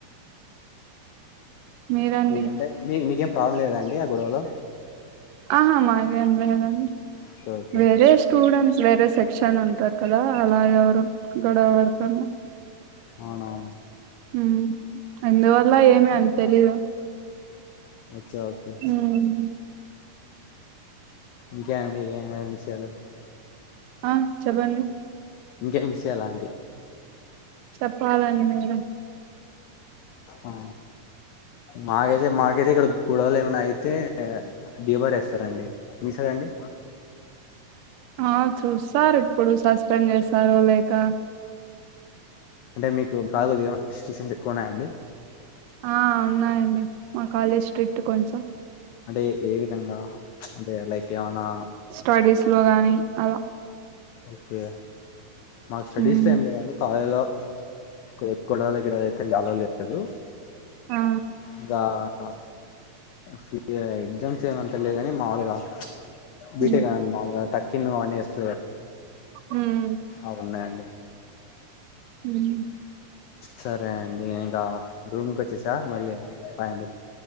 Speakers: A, on the right; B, on the left.
A: మీరండి
B: అవ్ అంటే మీ మీకేం ప్రాబ్లం లేదాండి ఆ గొడవలో
A: ఆహా మాదేం లేదండి
B: ఓకే ఓకే
A: వేరే స్టూడెంట్స్ వేరే సెక్ క్షన్ ఉంటారు కదా అలా ఎవరో గొడవ పడతన
B: అవున
A: ఉమ్ అందువల్ల ఏమి అని తెలీదు
B: ఓకే ఓకే
A: ఉమ్
B: ఇంకే అండి ఏమేమ్ విషయాలు
A: ఆ చెప్పండి
B: ఇంకేం విషయాల అంటి
A: చెప్పాలండి మీరే
B: ఆ మాకైతే మాకైతే ఇక్కడ గొడవలు ఏమన్నా అయితే డిబార్ వేస్తారండి మీ సైడ్ అండి
A: ఆ చూస్తారు ఇప్పుడు సస్పెండ్ చేస్తారో లేక
B: అంటే మీకు కా కొది ఏమన్ సిస్టిషిన్స్ ఏమన్నా ఉన్నాయండీ
A: ఆ ఉన్నాయండి మా కాలేజ్ స్ట్రిక్ట్ కొంచెం
B: అంటే ఏ విధంగా అంటే లైక్ ఏమనా
A: స్టడీస్ లో గాని అలా
B: ఓకే మాకు స్టడీస్
A: ఉమ్
B: ఏం లేదండి కాలేజ్ లో కొచే గొడవల్ ఇక్కడైతే అలో లేదు
A: ఆ
B: ఇంగా ఆ ఆఫీ ఎగ్జామ్స్ ఏమంత లేదు కాని మాముూలుగా బీటే
A: ఉమ్
B: కా మాలుగా టక్కిన్ వాస్త
A: ఉమ్
B: అవున్నాయండి
A: ఉమ్
B: సరే అండి ఇంకా రూమ్ కు వచ్చేసా మళ్ళీ బాయ్ అండి